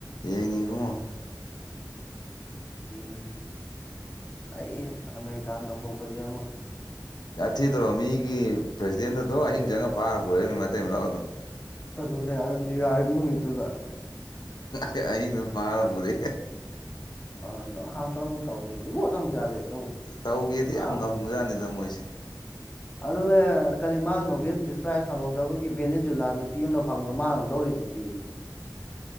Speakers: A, on the left; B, on the left.
A: ꯌꯦꯉ ꯏꯕꯣ
B: ꯎꯝ ꯑꯩꯍꯦ ꯑꯃꯦꯀꯥꯟ ꯇꯧꯊꯣꯛꯄꯁꯤ ꯑꯃ
A: ꯊꯤꯗꯧꯔꯣ ꯃꯤꯒꯤ ꯄ꯭ꯔꯁꯤꯗꯦꯟ ꯑꯗꯣ ꯑꯍꯤꯡ ꯆꯪꯉꯒ ꯐꯥꯔ ꯄꯨꯔꯛꯏꯅꯤ ꯃꯇꯩ ꯃꯅꯥꯎ ꯑꯗꯨꯝ
B: ꯑꯗꯨꯅꯦ ꯑ ꯅ꯭ꯌꯨꯌꯥꯔꯛ ꯅꯨꯃꯤꯠꯇꯨꯗ
A: ꯎꯝ ꯑꯍꯤꯡꯗꯨꯣ ꯄꯥꯔ ꯄꯨꯔꯦ
B: <inaudible>
A: ꯇꯧꯒꯦꯗꯤ ꯌꯥꯝ
B: ꯑꯥ
A: ꯉꯝꯕꯖꯥꯠꯅꯤꯗ ꯃꯣꯏꯁꯦ
B: ꯑꯗꯨꯅ ꯀꯔꯤ ꯃꯥ ꯅꯣꯕꯦꯜ ꯐꯤꯁ ꯄ꯭ꯔꯥꯏꯖ ꯐꯪꯍꯧꯗꯕꯒꯤ ꯕꯦꯅꯤꯖꯨꯂꯥ ꯅꯨꯄꯤ ꯑꯃꯅ ꯐꯪꯍꯧꯗꯕ ꯃꯥ ꯑꯃꯛ ꯂꯧꯔꯤꯗꯨꯗꯤ